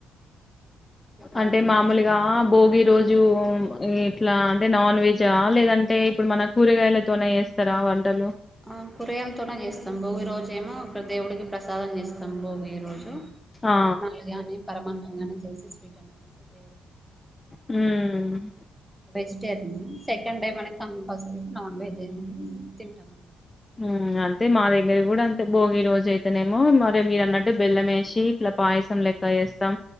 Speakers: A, in the centre; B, on the left.
A: చుట్టాలందరూ
B: అంటే మామూలుగా
A: వస్తారు
B: భోగి రోజు రోజు ఇట్లా అంటే నాన్ వెజా లేదంటే ఇప్పుడు మన కూరగాయలతోనే చేస్తారా వంటలు
A: ఆ కూరయలతోనే చేస్తా స్తం భోగి రోజెమో ఒక దేవుడికి ప్రసాదం చేస్తాం భోగి ఈ రోజు
B: ఆ
A: పూర్ణాలుగాని పరమాన్నాం గాని చేసి స్వీట్ అన్నం చేసి
B: ఉమ్
A: వెజిటేరియన్ సెకండ్ డే మనం కంపల్సరరిగా నాన్వెజ్ అయిన తింటాం అండి
B: ఉమ్ అంతే మా దగ్గర కూడా అంతే భోగి రోజు అయితేనేమో మరి మీరు అన్నట్టు బెల్లం వేసి ఇట్లా పాయసం లెక్క చెస్తాం